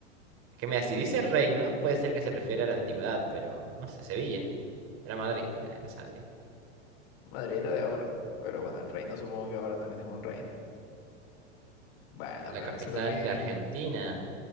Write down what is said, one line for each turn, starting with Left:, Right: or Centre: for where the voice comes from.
Right: Que mira, si dice reino, puede ser que se refiere a la antigüedad, pero no sé, Sevilla. Era Madrid, eh, no sabía.
Left: Madrid es la de ahora. Pero bueno, el reino supongo que ahora también es un reino. Bueno,
Right: La
Left: pero
Right: capital
Left: eso también.
Right: de Argentina.